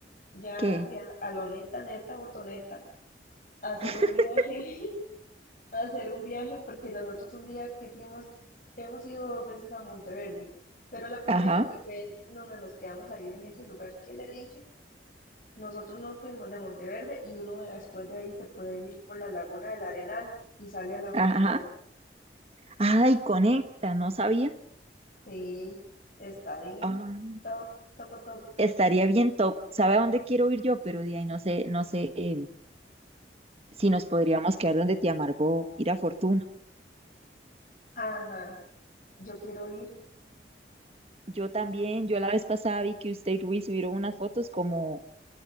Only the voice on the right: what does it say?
¿Qué?
<laughs>
Ajá,
ajá.
Ay, conecta, no sabía.
Ah,
estaría bien top. ¿Sabe a dónde quiero ir yo? Pero de ahí no sé, no sé. em, si nos podríamos quedar donde te amargó ir a Fortuna.
Yo también, yo la vez pasada vi que usted y Ruiz subieron unas fotos como,